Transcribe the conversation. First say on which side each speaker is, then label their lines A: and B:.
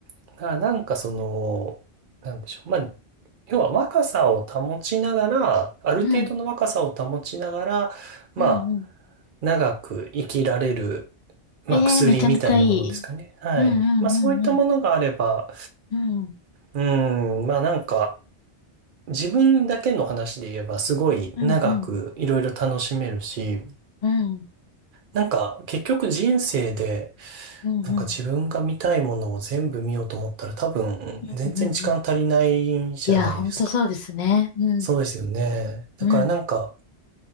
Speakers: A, on the right; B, on the left.
A: だからなんかその、なんでしょう。まあ、要は若さを保ちながら、ある程度の若さを保ちながら、
B: うん。うん。
A: まあ、
B: うんうん。
A: 長く生きられる、まあ、
B: ええー、
A: 薬みたいなものですかね。
B: めちゃめちゃいい。
A: はい。
B: うんうんうんうん。
A: まあ、そういったものがあれば、
B: うん
A: うん、まあなんか、自分だけの話で言えばすごい長くいろいろ楽しめるし、
B: うんうんうん。
A: なんか結局人生で、
B: うんうんうん
A: なんか自分が見たいものを全部見ようと思ったら多分全然時間足りないじゃないですか。
B: うんうん。いや、ほんとそうですね。うん。
A: そうですよね。だからなんか、
B: うん。